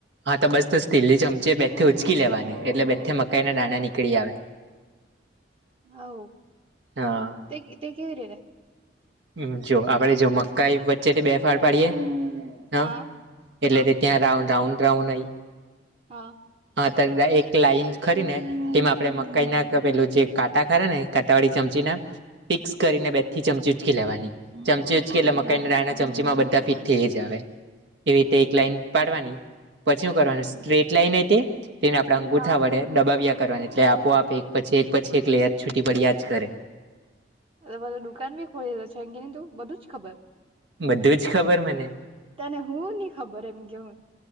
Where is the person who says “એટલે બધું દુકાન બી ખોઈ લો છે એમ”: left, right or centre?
Right